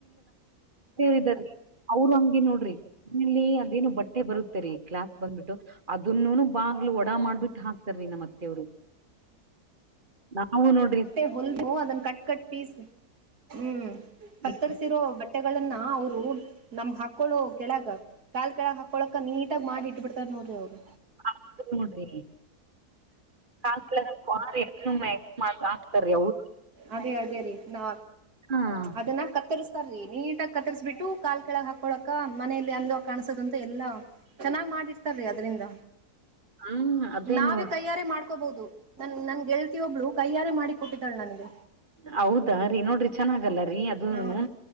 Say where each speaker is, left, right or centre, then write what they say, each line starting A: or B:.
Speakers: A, on the right; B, on the right.
A: ೇವಾರೀ. <unintelligible> ಅವರು ಹಂಗೆ ನೋಡ್ರಿ. ಇಲ್ಲಿ ಅದೇನು ಬಟ್ಟೆ ಬರುತ್ತೆರಿ ಕ್ಲಾತ್ ಬಂದ್ಬಿಟ್ಟು. ಅದನ್ನು ಬಾಗ್ಲು ಒಡಾ ಮಾಡ್ಬಿಟ್ಟು ಹಾಕ್ತಾರಿ ನಮ್ಮ ಹತ್ತೆಯರು. ನಾವು ನೋಡ್.
B: ಮತ್ತೆ ಹೊಲ್ಮು. <unintelligible> ಅದನ್ ಕಟ್ ಕಟ್ ಪಿಸ್ ಹ್ಮ್. ಕತ್ತರ್ಸಿರೋ
A: ಏ-
B: ಬಟ್ಟೆಗಳನ್ನ ಅವರು ನಮ್ ಹಾಕಳೋ ಕೆಳಗ. ಕಾಲ್ ಕೆಳಗೆ ಹಾಕೊಳಕ ನೀಟಾಗಿ ಮಾಡಿ ಇಟ್ ಬಿಡ್ತಾರೆ ನೋಡ್ರಿ ಅವರು.
A: ಆಗ್ ನೋಡ್ರಿ ಕಲಾರ ಎಮ್ಮ. <unintelligible> ಹಾಕ್ತಾರಿ ಅವ್ರು.
B: ಅದೇ ಅದೇ ರೀ ನಾ.
A: ಹಾ. <unintelligible>
B: ಅದನ್ನ ಕತ್ತರಿಸಸ್ತಾರೀ ನೀಟಾಗಿ ಕತ್ತರಿಸಬಿಟ್ಟು ಕಾಲ್ ಕೆಳಗ್ ಹಾಕೊಳಕ್ಕ ಮನಲಿ ಅಂದವಾಗಿ ಕಾಣಸದಂತ ಎಲ್ಲಾ. ಚೆನ್ನಾಗ್ ಮಾಡಿರ್ತಾರೀ ಅದ್ರಿಂದ
A: ಹಾ ಅದೇ
B: ನಾವೇ
A: ನೋಡ್ರಿ
B: ಕೈ ಯಾರೆ ಮಾಡ್ಕೋಬಹುದು. ನನ್ ನನ್ ಗೆಳತಿ ಒಬ್ಳು ಕೈಯಾರೆ ಮಾಡಿ ಕೊಟ್ಟಿದ್ದಾಳೆ. ನನಗೆ,
A: ಹೌದ ರೀ ನೋಡ್ರಿ ಚೆನ್ನಾಗಲ್ಲ ರೀ ಅದುನು.
B: ಹಾ